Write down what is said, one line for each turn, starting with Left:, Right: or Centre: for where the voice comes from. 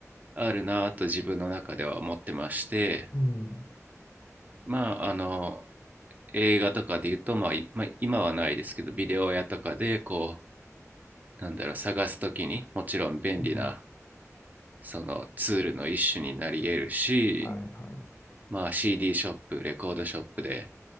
Right: あるなぁと自分の中では思ってまして
Left: うん。
Right: まああの映画とかで言うと、まあいまあ今はないですけどビデオ屋とかでこうなんだろう探すときにもちろん便利な
Left: うん。
Right: そのツールの一種になり得るし、
Left: はいは
Right: まあ、CD ショップレコードショップで